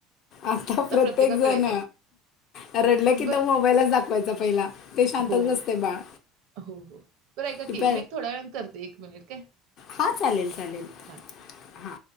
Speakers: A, on the left; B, on the right.
A: आता प्रत्येक
B: प्रत्येकाकडे
A: जण
B: एक आहे.
A: रडलं कि
B: बरं
A: तर मोबाईलच दाखवायचा पहिला ते शांतच
B: हो,
A: असतय बाळ
B: हो, हो. बरं ऐका
A: <unintelligible>
B: की मी एक थोड्या वेळाने करते एक मिनिट काय?
A: हा चालेल चालेल
B: हां.
A: हा.